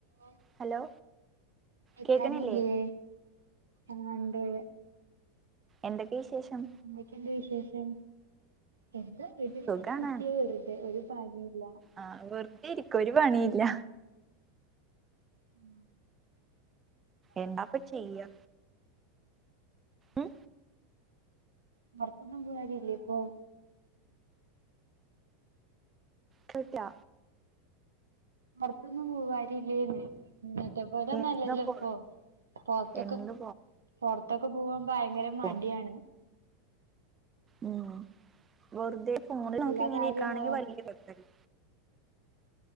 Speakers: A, on the right (about 75°); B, on the right (about 25°).
A: ഓഹ്
B: hello
A: കേക്കാനില്ലേ?
B: കേക്കണില്ലേ
A: ആഹ് ഇണ്ട്
B: എന്തൊക്കെ വിശേഷം?
A: എന്തൊക്കെണ്ട് വിശേഷം? എന്താ <unintelligible>
B: സുഖാണ്
A: വെറുതെ ഒരു പനിയില്ല
B: ആഹ് വെറുതെ ഇരിക്ക ഒരു പണിയില്ല
A: ഉം
B: എന്നാപ്പ ചെയ്യ ഉം
A: പൊർത്തൊന്നും പോവലില്ലേ ഇപ്പൊ?
B: കേട്ട്ല
A: പൊർത്തൊന്നും പോവരില്ലേന്ന് എന്നിട്ട പോല
B: എന്താപ്പോ
A: നല്ലല്ലോ ഇപ്പൊ പൊർത്തക്കെ
B: എന്ത്
A: പൊറത്തൊക്കെ പോകാൻ ഭയങ്കര
B: കൊഴപ്പം
A: മടിയാണ്.
B: ഉ വെറുതെ ഫോണിൽ നമുക്ക്
A: എല്ലാ
B: ഇങ്ങനെ
A: കാര്യവും
B: ഇരിക്കയാണെങ്കിൽ
A: ഓ
B: വലിയ <unintelligible>